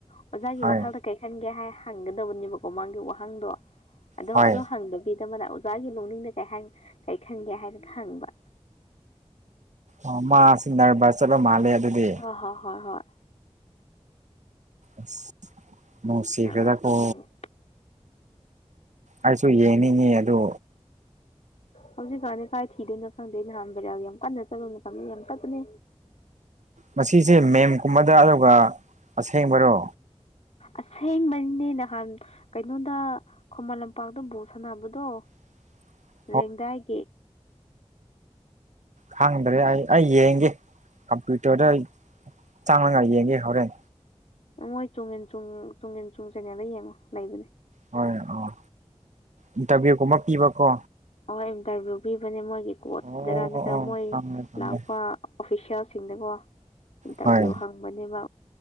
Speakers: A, on the left (about 70°); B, on the right (about 80°).
A: ꯑꯣꯖꯥꯒꯤ
B: ꯍꯣꯏ
A: ꯋꯥꯈꯜꯗ ꯀꯩ ꯈꯟꯒꯦ ꯍꯥꯏ ꯍꯪꯒꯗꯕꯅꯦꯕꯀꯣ ꯃꯥꯒꯤ ꯋꯥꯍꯪꯗꯣ ꯑꯗꯣ
B: ꯍꯣꯏ
A: ꯑꯗꯨ ꯍꯪꯗꯦ ꯕꯤꯗ ꯑꯃꯅ ꯑꯣꯖꯥꯒꯤ ꯂꯣꯡꯅꯤꯡꯗ ꯀꯩ ꯍꯥꯏ ꯀꯩ ꯈꯟꯒꯦ ꯍꯥꯏꯅ ꯍꯪꯕ
B: ꯑꯥ ꯃꯥꯁꯦ ꯅꯔꯕꯁ ꯆꯠꯂ ꯃꯥꯂꯦ ꯑꯗꯨꯗꯤ
A: ꯑ ꯍꯣꯏ ꯍꯣꯏ ꯍꯣꯏ
B: ꯑꯁ ꯅꯨꯡꯁꯤꯈꯔ꯭ꯦꯗꯀꯣ
A: ꯅꯥꯕ ꯆꯠꯇꯣꯏꯅꯦ
B: ꯑꯩꯁꯨ ꯌꯦꯡꯅꯤꯡꯉꯤ ꯑꯗꯨ
A: ꯍꯧꯖꯤꯛꯀꯥꯟꯗꯤ ꯀꯥꯏ ꯊꯤꯗꯣꯏꯅꯣ ꯈꯪꯗꯦ ꯅꯍꯥꯟ ꯕꯥꯏꯔꯦꯜ ꯌꯥꯝ ꯀꯟꯅ ꯆꯠꯄ ꯃꯇꯝꯗꯤ ꯌꯥꯝ ꯆꯠꯄꯅꯦ
B: ꯃꯁꯤ ꯖꯦ ꯃꯦꯝ ꯀꯨꯝꯕꯗ ꯑꯗꯨꯒ ꯑꯁꯦꯡꯕꯔꯣ
A: ꯑꯁꯦꯡꯕꯩꯅꯦ ꯅꯍꯥꯟ ꯀꯩꯅꯣꯗ ꯈꯨꯃꯟ ꯂꯝꯄꯥꯛꯇ ꯕꯣꯜ ꯁꯥꯟꯅꯕꯗꯣ
B: <inaudible>
A: ꯔꯦꯡꯗꯥꯏꯒꯤ
B: ꯈꯥꯡꯗ꯭ꯔꯦ ꯑꯩ ꯑꯩ ꯌꯦꯡꯒꯦ ꯀꯝꯄ꯭ꯌꯨꯇꯔꯗ ꯆꯪꯔꯒ ꯌꯦꯡꯒꯦ ꯍꯣꯔꯦꯟ
A: ꯃꯣꯏ ꯆꯨꯡꯉꯤꯟ ꯆꯨꯡ ꯆꯨꯡꯉꯤꯟ ꯆꯨꯡ ꯆꯦꯅꯦꯜꯗ ꯌꯦꯡꯉꯣ ꯂꯩꯕꯅꯦ
B: ꯍꯣꯏ ꯑꯥ ꯏꯟꯇꯔꯚꯌꯨꯒꯨꯝꯕ ꯄꯤꯕꯀꯣ
A: ꯍꯣꯏ ꯏꯟꯇꯔꯚꯤꯌꯨ ꯄꯤꯕꯅꯦ ꯃꯣꯏꯒꯤ ꯀꯣꯆꯗꯔꯥ
B: ꯑꯣ
A: ꯅꯠꯇ꯭ꯔ
B: ꯑꯣ
A: ꯃꯣꯏ
B: ꯈꯪꯉꯦ ꯈꯪꯉꯦ
A: ꯂꯥꯛꯄ ꯑꯣꯐꯤꯁꯦꯜꯁꯤꯡꯗꯀꯣ ꯏꯟꯇꯔꯚꯤꯌꯨ
B: ꯍꯣꯏ
A: ꯍꯪꯕꯅꯦꯕ